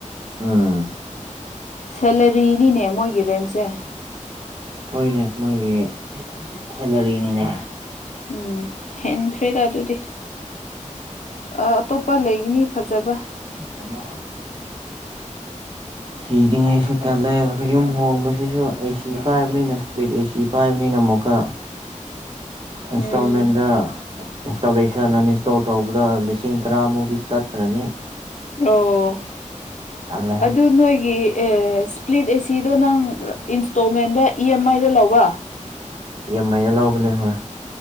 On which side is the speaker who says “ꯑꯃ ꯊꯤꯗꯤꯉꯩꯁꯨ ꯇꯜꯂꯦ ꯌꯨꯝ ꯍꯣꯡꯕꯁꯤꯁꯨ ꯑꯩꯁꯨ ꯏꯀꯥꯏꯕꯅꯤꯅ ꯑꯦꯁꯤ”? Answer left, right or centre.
Right